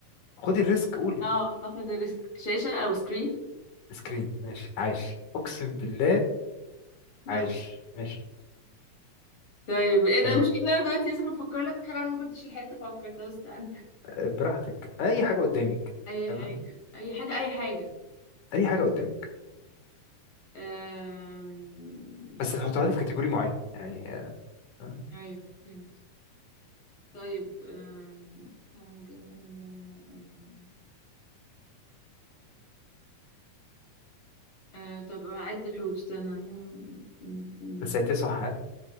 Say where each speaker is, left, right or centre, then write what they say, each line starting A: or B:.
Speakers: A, on the left; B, on the left.
A: خدي الريسك قولي
B: اه هاخد الريسك شاشة أو سكرين
A: سكرين ماشي عايش اقسم بالله عايش
B: اه
A: ماشي
B: طيب ايه ده
A: تمام
B: المشكلة إن انا دلوقتي لازم افكر لك في حاجة انا ما كنتش لحقت افكر طب استنى
A: آه، براحتك اي حاجه قدامك
B: اي
A: تمام
B: حاجة اي حاجة اي حاجة
A: اي حاجه قدامك
B: أم...
A: بس
B: طب
A: هتحطها لي في كاتيجوري معين يعني آه،
B: أيوه فهمت طيب أم... حاجة حاجة أم... أه... طب أعد الحروف استنى أم، أم، أم.
A: بس عديها صح ها